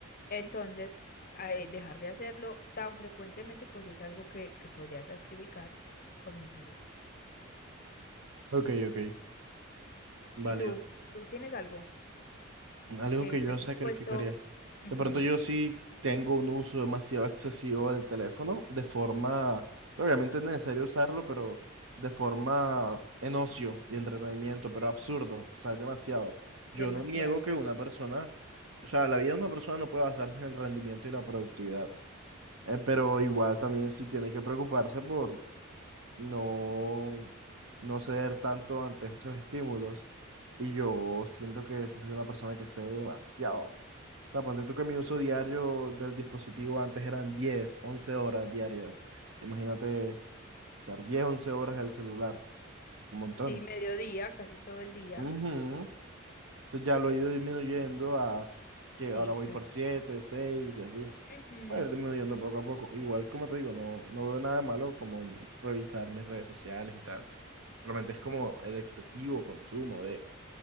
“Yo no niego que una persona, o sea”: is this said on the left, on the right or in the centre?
Right